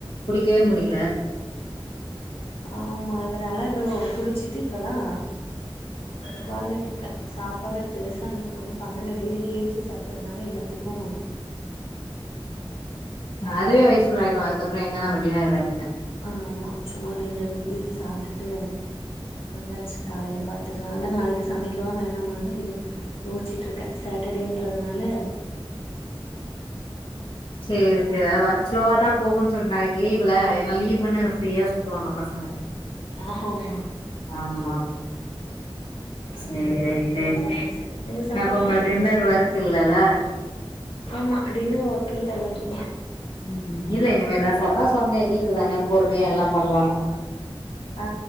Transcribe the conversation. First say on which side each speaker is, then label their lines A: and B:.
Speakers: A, on the left; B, on the left.
A: புடிக்கவே முடியில
B: ஆமா அதனால அது ஓ குளிச்சிட்டு இப்பதா உக்காந்துட்ருக்கே சாப்பாடு பெருசா இன்னிக் ஒன்னு பண்ணல வெளில கே எப் சி சாப்ட்டதுனால எல்லாத்துக்கு
A: அதுவே வயிர் ஃபுல் ஆயிடு அதுக்கப்பறோ எங்க நம்ம டின்னர் சாப்ட்றது
B: ஆமா சும்மா ரெண்ட் ரெண்டு பீஸு சாப்ட்டுட்டு வந்தாச்சி காலைல பாத்துக்கலா அதா நாளைக்கு சமைக்கவா வேணாமானு யோஸ்ச்சிட்ருக்கே சாட்டடேன்றதுனால
A: ம் சேர் அதுனால் ஒர்க் ஸ்லோவா தா போகுன் சொல்ட்டு நாளைக் லீவுல்ல ஏனா லீவுன்னு ஃப்ரீயா சுத்துவாங்க பசங்க
B: ஆ ஹவ்மா
A: ஆமா
B: அதுனால
A: சேரி சேரி
B: பெருசா எது செய் நீங்க சாப்ட்டீங்ளா
A: அப்ப உங்க டின்னர் ஒர்க் இல்லல்ல
B: ஆமா டின்னர் ஒர்க் இல்ல இன்னிக்கி
A: ம் இல்ல இனிமே தா சாப்பட்லா சண்டே லீவு தான பொறுமையா எல்லா பண்வாங்க
B: ஆ